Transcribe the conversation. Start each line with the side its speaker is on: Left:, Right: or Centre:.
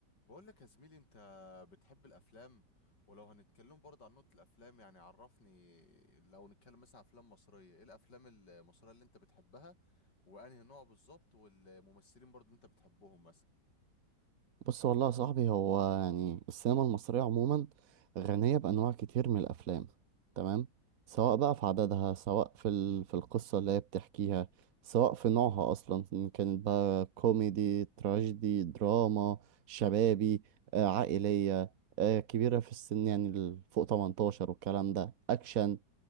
Left: بقول لك يا زميلي انت بتحب الافلام ولو هنتكلم برضه عن نقطة الافلام يعني عرفني لو نتكلم مثلا عن افلام مصرية ايه الافلام المصرية اللي انت بتحبها وانهي نوع بالظبط والممثلين برضه اللي انت بتحبهم مثلا
Right: بص والله يا صاحبي هو يعني السينما المصرية عموما غنية بأنواع كتير من الأفلام تمام سواء بقى في عددها سواء في ال... في القصة اللي هي بتحكيها سواء في نوعها أصلا إن كانت بقى كوميدي تراجيدي دراما شبابي آه، عائلية آه، كبيرة في السن يعني ال- فوق 18 والكلام ده أكشن